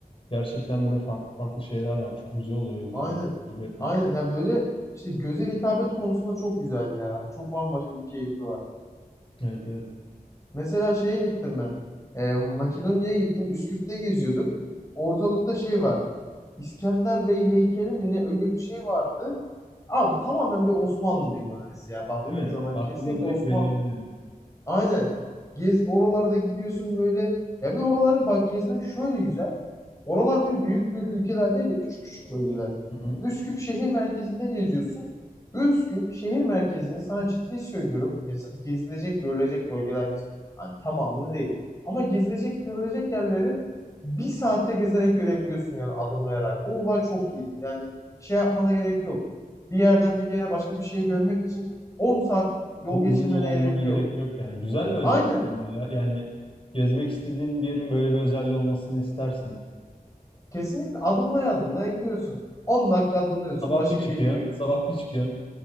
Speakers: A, on the left (about 35°); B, on the left (about 20°).
A: Gerçekten böyle farklı farklı şeyler var. Çok güzel oluyor o yüzden
B: Aynen.
A: tecrübe etmek.
B: Aynen. Ya böyle işte göze hitabet konusunda çok güzel ya. Çok bambaşka bir keyfi var.
A: Evet evet.
B: Mesela şeye gittim ben. Ee, Makedonya'ya gittim. Üsküp'te geziyordum. Ortalıkta şey var. İskender Bey heykeli mi ne öyle bir şey vardı. Abi tamamen bir Osmanlı mimarisi ya. Baktığın
A: Değil mi?
B: zaman
A: Baktığında
B: kesinlikle
A: direkt
B: Osman
A: belli oluyor.
B: Aynen. Gez oralarda gidiyorsun böyle. Ya bir de oraları bak gezmek şöyle güzel. Oralar böyle büyük büyük ülkeler değil de küçük küçük bölgeler.
A: Hı hı.
B: Üsküp şehir merkezinde geziyorsun. Üsküp şehir merkezini sana ciddi söylüyorum. ya sa- Gezilecek, görülecek bölgeler kısmı. Hani tamamını değil. Ama gezilecek, görülecek yerleri bir saatte gezerek görebiliyorsun yani adımlayarak. O olay çok iyi. Yani şey yapmana gerek yok. Bir yerden bir yere başka bir şeyi görmek için 10 saat yol
A: Çok uzun
B: geçirmene
A: yol almana
B: gerek
A: gerek
B: yok.
A: yok yani. Güzel bir özellik
B: Aynen.
A: bence ya. Yani gezmek istediğin bir yerin böyle bir özelliği olmasını istersin.
B: Kesinlikle adımlaya adımlaya gidiyorsun. 10 dakika adımlıyorsun,
A: Sabah
B: başka
A: bir çıkıyorsun,
B: bir yeri görüyorsun.
A: sabah bir çıkıyorsun.